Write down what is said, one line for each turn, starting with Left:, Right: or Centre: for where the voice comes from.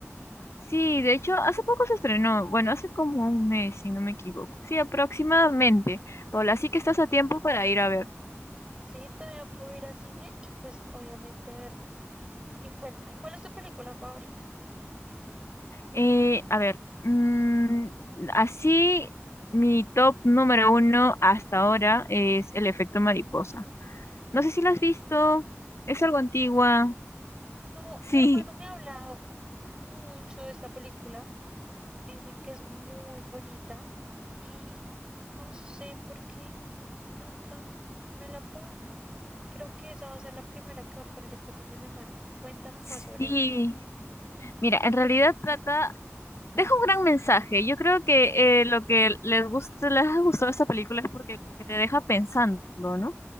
Left: Sí, de hecho, hace poco se estrenó, bueno, hace como un mes, si no me equivoco. Sí, aproximadamente. Paula, así que estás a tiempo para ir a ver.
Right: Sí, todavía puedo ir al cine y pues obviamente vérmela. Y cuéntame, ¿cuál es tu película favorita?
Left: Eh, a ver, mm, así mi top número uno hasta ahora es El efecto mariposa. No sé si la has visto, es
Right: No,
Left: algo antigua.
Right: no,
Left: Sí,
Right: mi hermano me ha hablado mucho de esta película, dicen que es muy bonita y no sé por qué nunca me la pongo. Creo que esa va a ser la primera que voy a poner este fin de semana. Cuéntame
Left: sí.
Right: más sobre ella.
Left: Mira, en realidad trata, deja un gran mensaje. Yo creo que eh, lo que les gusta, les ha gustado esta película es porque como que te deja pensando, ¿no?